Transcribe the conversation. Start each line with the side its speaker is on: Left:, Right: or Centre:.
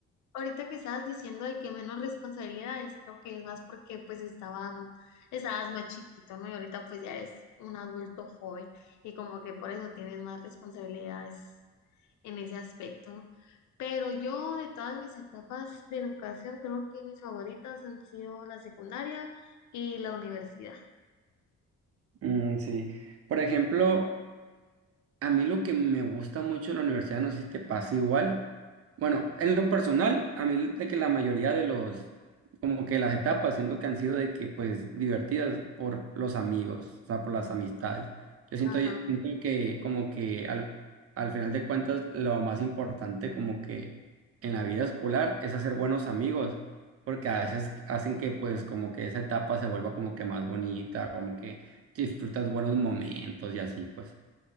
Left: Ahorita que estabas diciendo de que menos responsabilidades, creo que es más porque pues estaban, estabas más chiquito, ¿no? Y ahorita pues ya eres un adulto joven y como que por eso tienes más responsabilidades en ese aspecto, ¿no? Pero yo de todas mis etapas de educación creo que mis favoritas han sido la secundaria y la universidad.
Right: Mm, sí. Por ejemplo... A mí lo que me gusta mucho de la universidad, no sé si te pasa igual. Bueno, en lo personal, a mí de que la mayoría de los, como que las etapas, siento que han sido de que, pues, divertidas por los amigos, o sea, por las amistades. Yo siento,
Left: Ajá.
Right: yo siento que como que al, al final de cuentas, lo más importante como que en la vida escolar es hacer buenos amigos, porque a veces hacen que, pues, como que esa etapa se vuelva como que más bonita, como que disfrutas buenos momentos y así, pues.